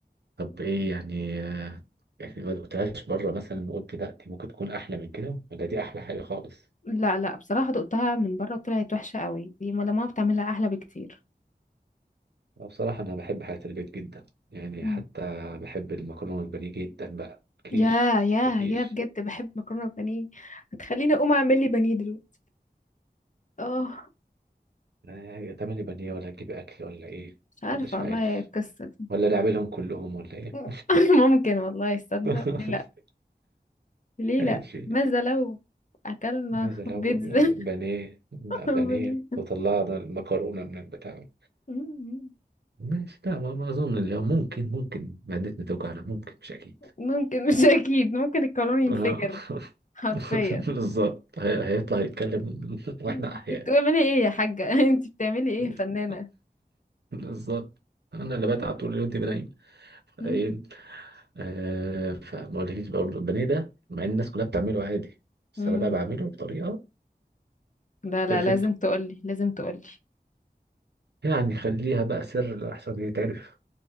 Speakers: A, on the right; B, on the left.
A: طب ايه يعني آه، يعني ما دقتهاش بره مثلا قلت لا دي ممكن تكون احلى من كده ولا دي احلى حاجه خالص
B: لا لا بصراحة دقتها من بره وطلعت وحشة قوي دي ما ماما بتعملها أحلى بكتير
A: أنا بصراحه انا بحب حاجات البيت جدا يعني
B: مم.
A: حتى بحب المكرونه البانيه جدا بقى كيش
B: يا يا
A: ده كيش
B: يا بجد بحب مكرونة بانيه هتخليني أقوم أعمل لي بانيه دلوقتي اه
A: آه، هتعمل لي بانيه ولا هتجيب أكل ولا إيه؟
B: مش عارفة
A: محدش
B: والله
A: عارف
B: القصة دي
A: ولا نعملهم كلهم ولا إيه؟
B: <laughs> ممكن والله يصدق
A: <laughs>
B: ليه لا ليه
A: ماشي
B: لا ماذا لو أكلنا
A: ماذا
B: <laughs>
A: لو
B: بيتزا
A: بانيه
B: <laughs> وبانيه
A: بانيه وطلعنا المكرونة من البتاع
B: مم.
A: ماشي لا ما ما أظن اليوم ممكن ممكن معدتنا توجعنا ممكن مش أكيد
B: ممكن مش اكيد ممكن القانون ينفجر
A: آه.
B: حرفيا
A: <laughs> بالظبط هي- هيطلع يتكلم <laughs> وإحنا
B: مم.
A: أحياء
B: انت بتعملي ايه يا حاجة <laughs> انت بتعملي ايه
A: <laughs>
B: يا فنانة
A: بالظبط أنا اللي بتعب طول اليوم تبقى
B: مم.
A: ايه آه فما اقولكيش بقى برضه البانيه ده مع ان الناس كلها بتعمله عادي بس
B: مم.
A: انا بقى بعمله بطريقه
B: لا لا
A: بيرفكتو
B: لازم تقولي لازم تقولي
A: يعني خليها بقى سر احسن يتعرف